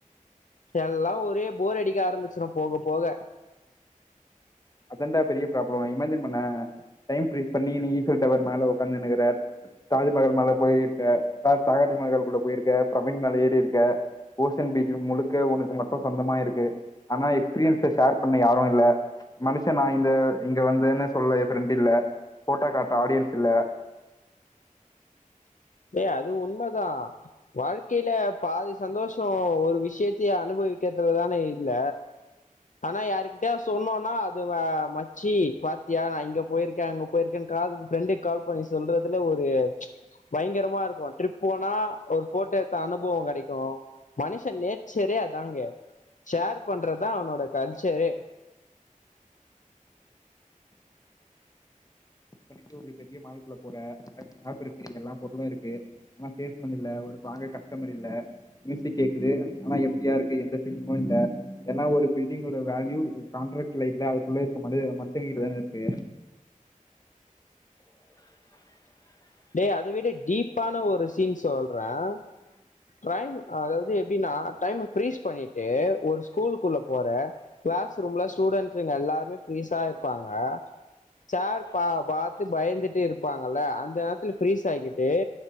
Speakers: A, on the left (about 65°); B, on the left (about 25°).
A: எல்லா ஒரே போர் அடிக்க ஆரம்பிச்சிரு போக போக
B: அதன்டா பெரிய ப்ராப்ளம் இமேஜின் பண்ணே டைம் ஃப்ரீஸ் பண்ணி நீ ஈஃபில் டவர் மேல உக்காந்துனுக்குற தாஜ்மஹால் மேல போயிருக்க தாஜு மகாக்லுகுள்ள போயிருக்க பிரமீட் மேல ஏறிருக்க ஓசன் பீச் முழுக்க ஒனக்கு மட்டு சொந்தமாய்ருக்கு ஆனா எக்ஸ்பீரியன்ஸ ஷேர் பண்ண யாரு இல்ல மனுஷே நா இந்த இங்க வந்தனு சொல்ல ஃப்ரெண்ட் இல்ல போட்டோ காட்ட ஆடியன்ஸ் இல்ல
A: ஏ அது உண்மதா வாழ்க்கைல பாதி சந்தோஷோ ஒரு விஷயத்தயே அனுபவிக்கறதுலதானே இல்ல ஆனா யாருக்கிட்டயா சொன்னோனா அது மச்சி பாத்தியா நா இங்க போயிருக்கே அங்க போயிருக்கேனு கால் பன ஃப்ரெண்டுக்கு கால் பண்ணி சொல்றதுல ஒரு பயங்கரமா இருக்கும் ட்ரிப் போனா ஒரு போட்டோ எடுத்த அனுபவம் கிடைக்கும் மனுஷ நேச்சரே அதாங்க ஷேர் பண்றதா அவனோட கல்ச்சரே
B: ட்டு ஒரு பெரிய மாள்க்குள்ள போற ஷாப் இருக்கு எல்லா பொருளு இருக்கு ஆனா சேல்ஸ்மேன் இல்ல ஒரு வாங்க கஸ்டமர் இல்ல மியூசிக் கேக்குது ஆனா எம்டியா இருக்கு எந்த ஃபீலிங்கும் இல்ல ஏன்னா ஒரு பில்டிங்கோட வேல்யூ கான்ட்ராக்ட்ல இல்ல அதுக்குள்ள இருக்க மனத மனுஷங்க கிட்ட தான இருக்கு
A: டேய் அத விட டீப்பான ஒரு சீன் சொல்றேன் ரைம் அதாவது எப்டின்னா டைம் ஃரீஸ் பண்ணிட்டு ஒரு ஸ்கூலுக்குள்ள போற க்ளாஸ் ரூம்ல ஸ்டூடெண்ட்ஸுங்க எல்லாருமே ஃப்ரீஸா இருப்பாங்க சார் பா பாத்து பயந்துட்டு இருப்பாங்கல்ல அந்த நேரத்துல ப்ரீஸ் ஆக்கிட்டு